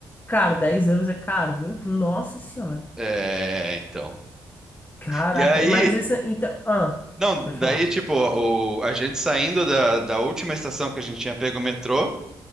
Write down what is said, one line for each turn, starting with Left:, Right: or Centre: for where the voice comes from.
Left: Cara, 10 euros é caro, viu? Nossa senhora.
Centre: É, então.
Left: Caraca,
Centre: E aí,
Left: mas essa, Então. Ah,
Centre: não,
Left: pode
Centre: daí
Left: falar.
Centre: tipo, o- a gente saindo da, da última estação que a gente tinha pego o metrô,